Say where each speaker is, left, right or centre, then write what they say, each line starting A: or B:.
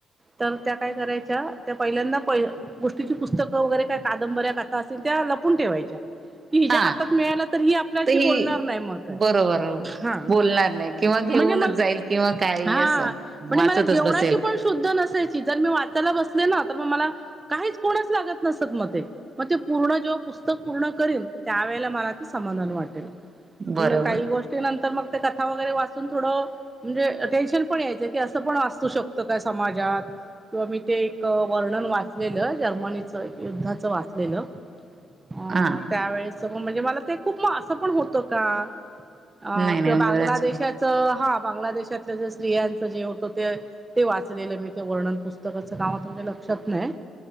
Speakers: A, on the right; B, on the right.
A: तर त्या काय करायच्या, त्या पहिल्यांदा प गोष्टीची पुस्तकं वगैरे काही कादंबऱ्या कथा असतील त्या लपून ठेवायच्या की हिच्या
B: हा
A: हातात मिळाला तर ही आपल्याशी
B: तर
A: बोलणार
B: ही
A: नाही मग काय.
B: बरोबर
A: हा
B: बोलणार नाही किंवा घेऊनच
A: म्हणजे म
B: जाईल किंवा काही
A: हा,
B: असं
A: म्हणजे
B: वाचतच
A: मला जेवणाची
B: बसेल
A: पण शुद्ध नसायची जर मी वाचायला बसले ना तर म मला काहीच कोणा लागत नसत मग ते, मग ते पूर्ण जेव्हा पुस्तक पूर्ण करीन त्यावेळेला मला ते समधान वाटेल,
B: बरोबर
A: काही गोष्टी नंत तर मग ते कथा वगैरे वाचून थोडं म्हणजे टेन्शन पण यायचं, की असं पण वाचतू शकतं का समाजात जात किंवा मी ते एक वर्णन वाचलेलं, जर्मनीचं एक युद्धाच वाचलेलं अह
B: हा
A: त्यावेळेस म म्हणजे मला ते खूप म असं पण होतं का अह
B: नाही नाही
A: किंवा बांगलादेशाच
B: बरंच
A: हा बांगलादेशातल्या ज्या स्त्रियांचं जे होतं ते, ते वाचलेलं मी ते वर्णन पुस्तकाचं नाव आता माझ्या लक्षा त नाय